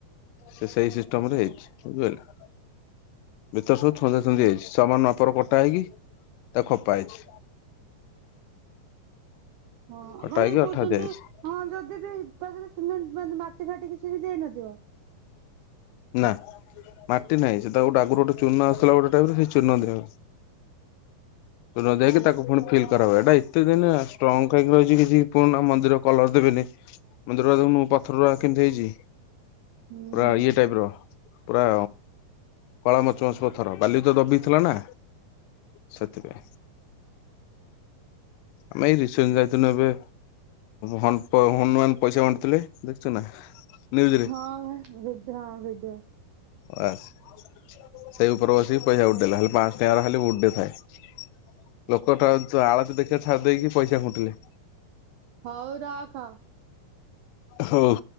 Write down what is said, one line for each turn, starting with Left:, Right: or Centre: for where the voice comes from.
Left: ସେ ସେଇ ସିଷ୍ଟମ ରେ ହେଇଛି ବୁଝିପାରିଲ। ଭିତରେ ସବୁ ଛନ୍ଦା ଛନ୍ଦି ହେଇଛି ସମାନ ନାପରେ କଟା ହେଇକି, ତାକୁ ଖପା ହେଇଛି।
Right: ହଁ
Left: କଟା
Right: ମାନେ
Left: ହେଇକି
Right: କହୁଛନ୍ତି
Left: ଅଠା ଦିଆଯାଇଛି
Right: ହଁ ଯଦି ବି ତାହରେ ସିମେଣ୍ଟା ମାଟି ଫାଟି କିଛି ବି ଦିଆହେଇନଥିବ।
Left: ନା ମାଟି ନାହିଁ ସେଟା ଗୋଟେ ଆଗରୁ ଗୋଟେ ଚୂର୍ଣ ଆସିଥିଲା ଗୋଟେ ଟାଇପରେ ସେ ଚୂର୍ଣ୍ଣ ଦିଅ,
Right: ହଁ <inaudible>
Left: ରୋ ଯାଇକି ତାକୁ ପୁଣି ଫିଲ୍ କରା ହୁଏ ଏଇଟା ଏତେ ଦିନ ଷ୍ଟ୍ରଙ୍ଗ କାହିଁକି ରହିଛି କିଛି ପୁରୁଣା ମନ୍ଦିରର କଲର ଦେବେନି, ମନ୍ଦିର <unintelligible> ପଥର ଟା କେମିତି ହେଇଛି।
Right: ହୁଁ।
Left: ଆ ଇଏ ଟାଇପ ର ପୁରା କଳା ମଚ ମଚ ପଥର ବାଲି ତ ଦବିଥିଲା ନା। ସେଥିପାଇଁ। ଆମେ ଏଇ ରିସେଣ୍ଟ ଯାଇଥିନୁ ଏବେ। ହମ୍ପ ହନୁମାନ ପଇସା ବାଣ୍ଟିଥିଲେ ଦେଖିଛୁ ନା? ନ୍ୟୁଜରେ
Right: ହଁ ବା ଭିଡ଼ ହଁ ଭିଡ଼ିଓ।
Left: ବାସ ସେଇ ଉପରେ ବସିକି ପଇସା ଉଡ଼େଇଲା ହେ ପାଁଶ ଟଙ୍କିଆରା ଖାଲି ଉଡ଼ ଥାଏ ଲୋକଟା ଆଳତି ଦେଖିବା ଛାଡ଼ି ଦେଇକି ପଇସା ଖୁଣ୍ଟିଲେ।
Right: ହଉ ରଖ।
Left: ହୋଉ।